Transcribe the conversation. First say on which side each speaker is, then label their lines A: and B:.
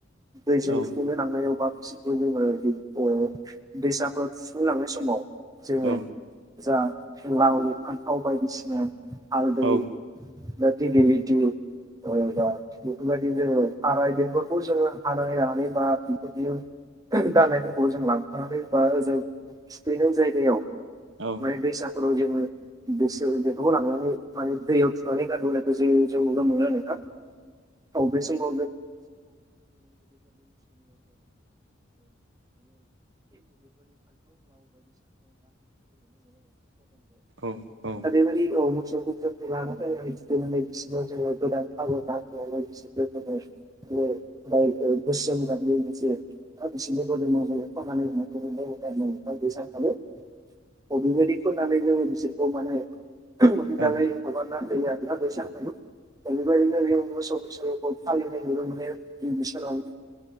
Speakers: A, on the right; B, on the right.
A: दैजों
B: औ
A: थुखैनो लांनायाव बा बिसोरखौ जोङो बि दैसाफोर थुखैनो लांनाय समाव जोङो
B: औ
A: जा लाव फान्थाव बायदिसिना हाल
B: औ
A: बा दिगिलिति ओ बा बेफोरबादि जोङो थाराइ बेफोरखौ जोङो हानानै लानानै बा <unintelligible> दालानायफोरखौ जों लांफानानै बा जों थुखैनो जायगायाव
B: औ
A: माने दैसाफोराव जोङो बेसे बेखौ लांनानै माने दैयाव थुनानै गारबोनाय जों नुनो मोनो नोंथां औ बे <unintelligible> <unintelligible> <unintelligible>
B: औ औ
A: दा बे बादि औ मोसौ <unintelligible> <unintelligible> <unintelligible> अ बिबादि फोनानै जों बिसोरखौ माने <unintelligible>
B: औ
A: दा बेबायदिनो बेयाव मोसौ बैसागुखौ फालिनायखौबो माने गिबि सानाव